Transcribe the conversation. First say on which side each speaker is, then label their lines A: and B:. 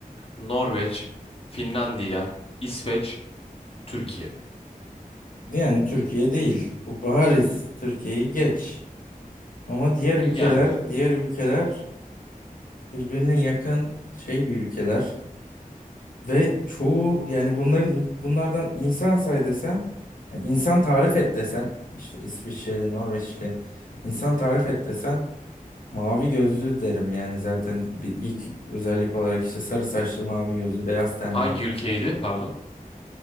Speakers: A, on the left; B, on the left.
A: Norveç, Finlandiya, İsveç, Türkiye.
B: Yani Türkiye değil bu bariz Türkiye'yi geç. Ama diğer ülkeler
A: Yani
B: diğer ülkeler birbirine yakın şey bir ülkeler ve çoğu yani bunların bunlardan insan say desen yani insan tarif et desen işte İsviçreli, Norveçli insan tarif et desen mavi gözlü derim yani zaten bir ilk özellik olarak işte sarı saçlı, mavi gözlü, beyaz tenli
A: hangi
B: derim.
A: ülkeydi? Pardon.